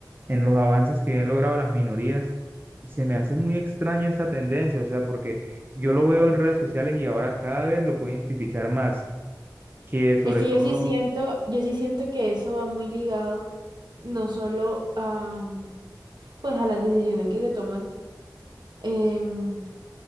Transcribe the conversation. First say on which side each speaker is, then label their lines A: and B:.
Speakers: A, on the right; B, on the right.
A: en los avances que han logrado las minorías. Y se me hace muy extraño esa tendencia, o sea, porque yo lo veo en redes sociales y ahora cada vez lo puedo identificar más que sobre
B: Es que
A: todo,
B: yo sí siento, yo sí siento que eso va muy ligado no solo a, pues a las decisiones que se toman em,